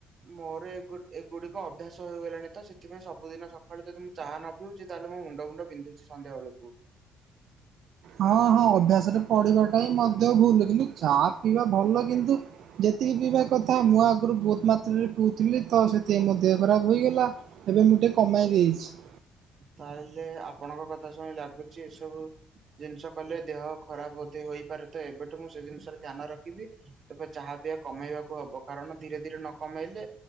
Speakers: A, on the right; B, on the right.
A: ମୋର ଏଗୁ ଏଗୁଡିକ ଅଭ୍ୟାସ ହେଇଗଲାଣି ତ ସେଥି ପାଇଁ ସବୁଦିନ ସକାଳୁ ଯଦି ମୁଁ ଚାହା ନ ପିଉଛି ତାହେଲେ ମୁଣ୍ଡ ମୁୁଣ୍ଡ ବିନ୍ଧୁଛି ସନ୍ଧ୍ୟାବେଳକୁ।
B: ହଁ ହଁ ଅଭ୍ୟାସରେ ପଢ଼ିବାଟା ହିଁ ମଧ୍ୟ ଭୁଲ କିନ୍ତୁ ଚା ପିଇବା ଭଲ କିନ୍ତୁ ଯେତିକି ପିଇବା କଥା ମୁଁ ଆଗରୁ ବହୁତ ମାତ୍ରାରେ ପିଉ ଥିଲି ତ ସେତିକି ପାଇଁ ମୋ ଦେହ ଖରାପ ହୋଇଗଲା ଏବେ ମୁଁ ଟିକିଏ କମାଇ ଦେଇଛି।
A: ତାହେଲେ ଆପଣଙ୍କ କଥା ଶୁଣି ଲାଗୁଛି ଏସବୁ ଜିନିଷ କଲେ ଦେହ ଖରାପ ଅଧ ହେଇପାରେ ତ ଏବେଠୁ ମୁଁ ସେ ଜିନିଷରେ ଧ୍ୟାନ ରଖିବି। ତବେ ଚାହା ପିଆ କମେଇବାକୁ ହବ କାରଣ ଧୀରେ ଧୀରେ ନ କମେଇଲେ